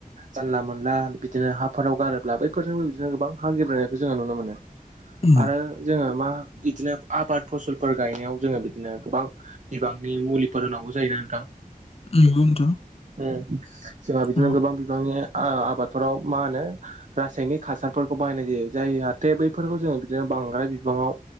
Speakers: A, on the right; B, on the left.
A: जानला मोनला बिदिनो हाफोराव गारोब्ला बैफोरजों बो बिदिनो गोबां हा गेब्रेंनायखौ जोङो नुनो मोनो
B: उम
A: आरो जोङो मा इदिनो आबाद फसलफोर गायनायाव जोङो बिदिनो गोबां बिबांनि मुलिफोर होनांगौ जायोना नोंथां
B: उम नोंखौ नोंथां
A: उम जोंहा बिदिनो
B: औ
A: गोबां बिबांनि ओ आबादफोराव मा होनो रासायनिक हासारफोरखौ बाहायनाय जायो जाय जाहाथे बै फोरखौ जोङो बिदिनो बांद्राय बिबांआव